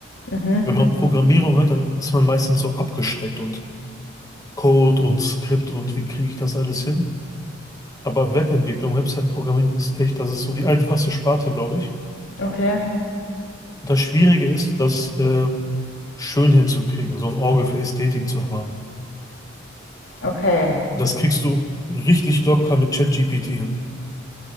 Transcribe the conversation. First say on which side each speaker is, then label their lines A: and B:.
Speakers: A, on the left; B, on the left.
A: Mhm.
B: Wenn man Programmierung hört, dann ist man meistens so abgeschreckt und Code und Skript und wie kriege ich das alles hin? Aber Webentwicklung, Website-Programmieren ist echt, das ist so die einfachste Sparte, glaube ich.
A: Okay,
B: Das Schwierige ist, das äh, schön hinzukriegen, so ein Auge für Ästhetik zu haben.
A: okay.
B: Das kriegst du richtig locker mit ChatGPT hin.